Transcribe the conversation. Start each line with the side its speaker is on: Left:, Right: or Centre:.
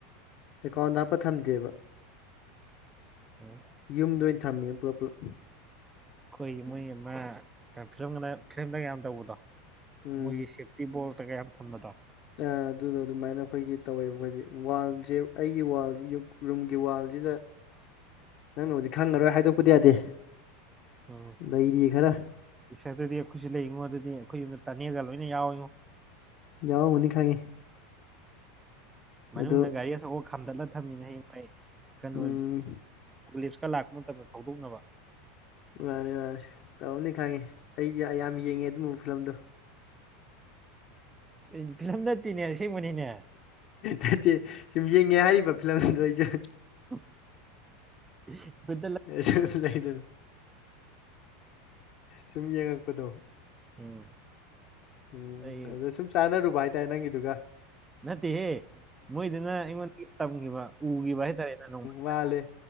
Left: ꯑꯦꯀꯥꯎꯟꯗ ꯍꯥꯞꯄ ꯊꯝꯗꯦꯕ
Right: ꯑꯣ
Left: ꯌꯨꯝꯗ ꯑꯣꯏꯅ ꯊꯝꯃꯦ ꯄꯨꯂꯞ ꯄꯨꯂꯞ
Right: ꯑꯩꯈꯣꯏꯒꯤ ꯃꯣꯏꯒꯤ ꯃ ꯀ ꯐꯤꯂꯝꯒꯅ ꯐꯤꯂꯝꯗ ꯌꯥꯝ ꯇꯧꯕꯗꯣ
Left: ꯎꯝ
Right: ꯃꯣꯏꯒꯤ ꯁꯦ ꯇꯤꯕꯣꯜꯇꯒ ꯌꯥꯝ ꯊꯝꯕꯗꯣ
Left: ꯑ ꯑꯗꯨꯗꯣ ꯑꯗꯨꯃꯥꯏꯅ ꯑꯩꯈꯣꯏꯒꯤ ꯇꯧꯋꯦꯕ ꯑꯩꯈꯣꯏꯗꯤ ꯋꯥꯜꯖꯦ ꯑꯩꯒꯤ ꯋꯥꯜꯖꯦ ꯌꯨꯛ ꯔꯨꯝꯒꯤ ꯋꯥꯜꯖꯤꯗ
Right: ꯑ <unintelligible>
Left: ꯅꯪꯅꯕꯨꯗꯤ ꯈꯪꯉꯔꯣꯏ ꯍꯥꯏꯗꯣꯛꯄꯗꯤ ꯌꯥꯗꯦ
Right: ꯎꯝ
Left: ꯂꯩꯔꯤ ꯈꯔ
Right: ꯏꯁ ꯑꯗꯨꯗꯤ ꯑꯩꯈꯣꯏꯁꯨ ꯂꯩꯔꯤꯉꯣ ꯑꯗꯨꯗꯤ ꯑꯩꯈꯣꯏ ꯌꯨꯝꯗ ꯇꯅꯦꯔꯒ ꯂꯣꯏꯅ ꯌꯥꯎꯋꯉꯣ
Left: ꯌꯥꯎꯔꯝꯒꯅꯤ ꯈꯪꯉꯦ
Right: ꯃꯅꯨꯡꯗ
Left: ꯑꯗꯨ
Right: ꯒꯥꯔꯤ ꯑꯆꯥꯎꯕ ꯈꯥꯝꯗꯠꯂ ꯊꯝꯃꯤꯅꯦ ꯍꯌꯦꯡ ꯃꯥꯏ ꯀꯩꯅꯣ
Left: ꯎꯝ
Right: ꯞꯂꯤꯁꯀ ꯂꯥꯛꯄ ꯃꯇꯝꯗ ꯊꯧꯗꯣꯛꯅꯕ
Left: ꯍꯥꯔꯦ ꯍꯥꯔꯦ ꯇꯧꯅꯤ ꯈꯪꯉꯤ ꯑꯩ ꯌꯥꯝ ꯌꯦꯡꯉꯦ ꯑꯗꯨꯝꯕꯕ ꯐꯤꯂꯝꯗꯣ
Right: ꯎꯝ ꯐꯤꯂꯝ ꯅꯠꯇꯦꯅꯦ ꯑꯁꯦꯡꯕꯅꯤꯅꯦ
Left: ꯅꯠꯇꯦ ꯁꯨꯝ ꯌꯦꯡꯉꯦ ꯍꯥꯏꯔꯤꯕ ꯐꯤꯂꯝ ꯑꯗꯨꯗꯣ ꯑꯩꯁꯨ
Right: <unintelligible>
Left: ꯑꯦꯁ ꯂꯩꯗꯅ ꯁꯨꯝ ꯌꯦꯡꯉꯛꯄꯗꯣ
Right: ꯎꯝ
Left: ꯎꯝ
Right: ꯑꯩ
Left: ꯑꯗꯨꯗ ꯁꯨꯝ ꯆꯥꯟꯅꯔꯨꯕ ꯍꯥꯏꯇꯥꯔꯦ ꯅꯪꯒꯤꯗꯨꯒ꯫
Right: ꯅꯠꯇꯦꯍꯦ ꯃꯣꯏꯗꯨꯅ ꯑꯩꯉꯣꯟ ꯇꯝꯒꯤꯕ ꯎꯒꯤꯕ ꯍꯥꯏꯇꯥꯔꯦꯗ ꯅꯣꯡꯃ꯫
Left: ꯃꯥꯜꯂꯤ